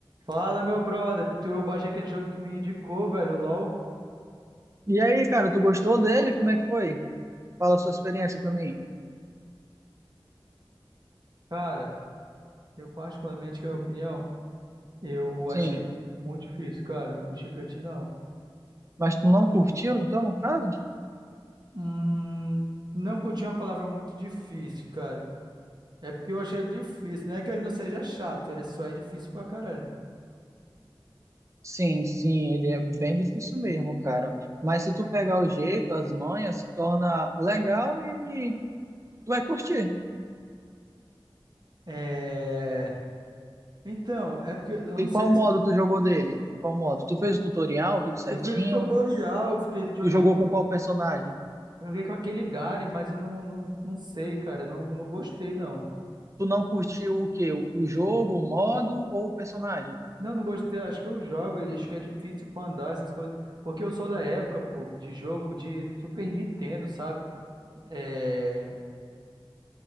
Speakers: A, on the right (about 50°); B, on the right (about 35°).
A: Fala, meu brother. Tu- Eu baixei aquele jogo que tu me indicou, velho, o LoL.
B: E aí, cara, tu gostou dele? Como é que foi? Fala a sua experiência pra mim.
A: Cara, eu particularmente, que é a minha opinião, eu
B: Sim.
A: achei muito difícil, cara. Não vou mentir pra ti, não.
B: Mas tu não curtiu, então, no caso?
A: Hum, não curti uma palavra muito difícil, cara. É porque eu achei ele difícil. Não é que ele não seja chato, ele só é difícil pra caralho.
B: Sim, sim, ele é bem difícil mesmo, cara. Mas se tu pegar o jeito, as manhas, se torna legal e tu vai curtir.
A: É... Então, é porque eu
B: E
A: não sei.
B: qual modo tu jogou dele? Qual modo? Tu fez o tutorial, tudo certinho?
A: Eu fiz o tutorial, eu fiz- joguei,
B: Tu jogou com qual personagem?
A: joguei com aquele Garen, mas eu não, não, não sei, cara. Eu não, não gostei, não.
B: Tu não curtiu o quê? O o jogo, o modo ou o personagem?
A: Não, não gostei. Acho que eu jogo ele. Acho que é difícil pra andar essas coisas. Porque eu sou da época, pô, de jogo de Super Nintendo, sabe? É,